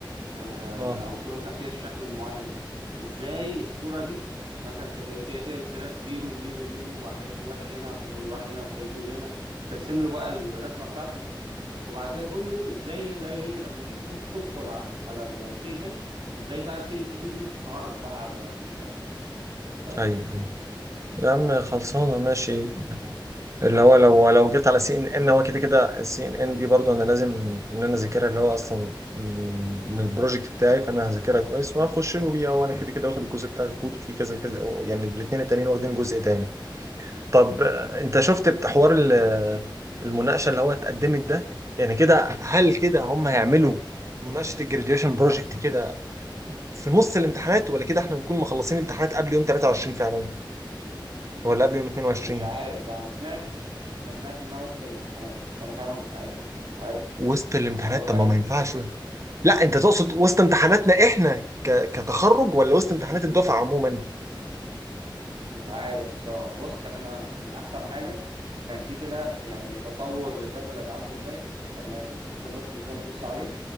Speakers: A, on the right; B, on the right.
A: آه
B: اه
A: او الصوره مثلا فيها الشكل المعين ده ازاي الصوره دي مثلا كب- فيها فيها بكسلات زيرو زيرو زيرو وبعد كده في واحد هنا وبعد كده في واحد هنا وبعد كده زيرو هنا ترسم له بقى الرسمه بتاعتك وبعد كده تقول له ازاي اللي هي لما تيجي تدخل على السين ان ان، ازاي بقى السين ان ان دي بتتعرف بقى على البتاع دي بس
B: ايوه ايوه يا
A: ف
B: عم خلصانه ماشي اللي هو لو لو جيت على سي ان
A: م-
B: ان هو كده كده السي ان ان دي برضه انا لازم ان انا اذاكرها اللي هو اصلا من البروجكت بتاعي فانا هذاكرها كويس وهخش له بيها وانا كده كده واخد الجزء بتاع الكود وفي كذا كذا يعني الاثنين التانيين واخدين جزء تاني طب آه، انت شفت بحوار
A: م-
B: ال- المناقشه اللي هو اتقدمت ده يعني كده هل كده هم هيعملوا مناقشه الجراديويشن بروجكت كده في نص الامتحانات ولا كده احنا نكون مخلصين امتحانات قبل يوم 23 فعلا ولا قبل يوم 22
A: مش عارف بقى انا سمعت انا سمعت انها وسط الامتحانات بس انا فعلا مش عارف يعني مش عارف
B: وسط الامتحانات
A: الموضوع ده
B: طب ما
A: هيمشي
B: ما ينفعش
A: ازاي
B: لا انت تقصد وسط امتحاناتنا احنا ك... كتخرج ولا وسط امتحانات الدفعه عموما
A: مش عارف الصراحه بص احنا احنا احسن حاجه كان في كده يعني تصور للجدول هيبقى عامل ازاي كان نازل ممكن ندخل كده نبص عليه